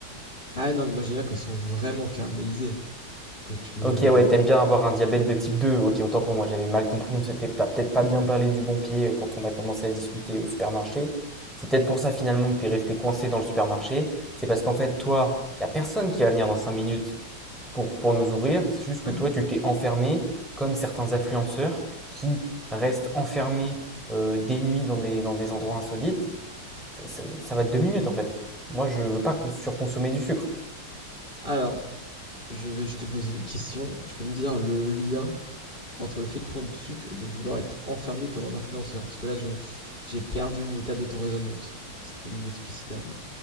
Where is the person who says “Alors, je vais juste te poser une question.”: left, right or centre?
Left